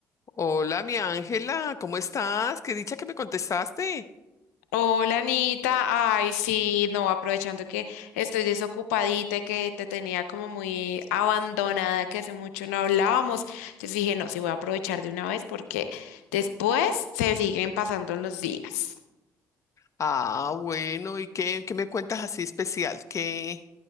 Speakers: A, on the left; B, on the left.
A: Hola, mi Ángela, ¿cómo estás? Qué dicha que me contestaste.
B: Hola Anita, ay sí, no, aprovechando que estoy desocupadita y que te tenía como muy abandonada, que hace mucho no hablábamos, entonces dije, no, sí voy a aprovechar de una vez porque después se siguen pasando los días.
A: Ah, bueno, ¿y qué, qué me cuentas así especial? ¿Qué,